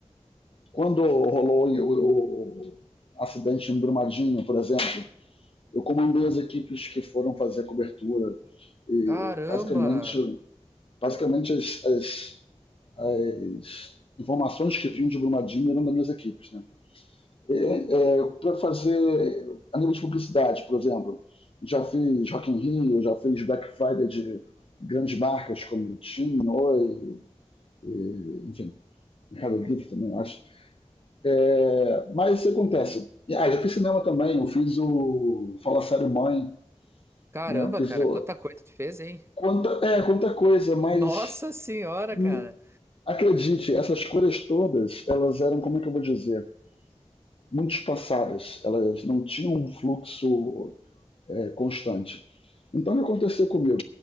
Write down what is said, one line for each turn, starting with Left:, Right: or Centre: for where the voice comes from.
Left: Quando rolou o, o acidente em Brumadinho, por exemplo, eu comandei as equipes que foram fazer a cobertura e
Right: Caramba!
Left: basicamente, basicamente as, as, as informações que vinham de Brumadinho eram das minhas equipes. Né? É, Para fazer a nível de publicidade, por exemplo, já fiz Rock in Rio, já fiz Black Friday de grandes marcas como Tim, Oi, e, enfim, Mercado Livre também, acho. É, mas isso acontece. E, Ah, já fiz cinema também, eu fiz o Fala Sério Mãe,
Right: Caramba,
Left: né? Fiz
Right: cara,
Left: o.
Right: quanta coisa tu fez, hein?
Left: Quanta, é, quanta coisa, mas
Right: Nossa senhora,
Left: hum,
Right: cara.
Left: acredite, essas coisas todas, elas eram, como é que eu vou dizer? Muito espaçadas, elas não tinham um fluxo é, constante. Então o que aconteceu comigo?